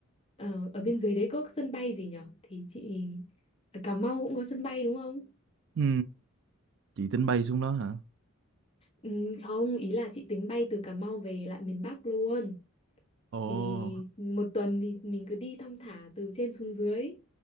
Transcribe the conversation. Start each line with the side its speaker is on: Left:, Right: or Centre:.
Left: ờ, ở bên dưới đấy có sân bay gì nhở Thì chị ở Cà Mau cũng có sân bay đúng không?
Right: ừ. chị tính bay xuống đó hả
Left: Ừ, không, ý là chị tính bay từ Cà Mau về lại miền Bắc luôn.
Right: ồ
Left: Thì một tuần thì mình cứ đi thong thả từ trên xuống dưới.